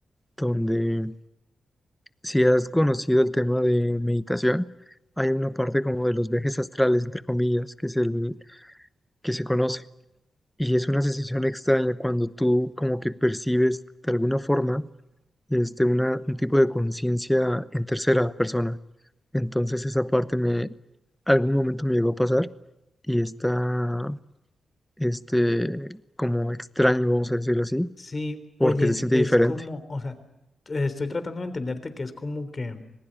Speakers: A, in the centre; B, on the left.
A: donde si has conocido el tema de meditación, hay una parte como de los viajes astrales, entre comillas, que es el que se conoce. Y es una sensación extraña cuando tú como que percibes de alguna forma este, una, un tipo de conciencia en tercera persona Entonces esa parte me, algún momento me llegó a pasar y está, este, como extraño, vamos a decirlo así,
B: Sí,
A: porque
B: oye,
A: se siente
B: es
A: diferente.
B: como, o sea, t- estoy tratando de entenderte que es como que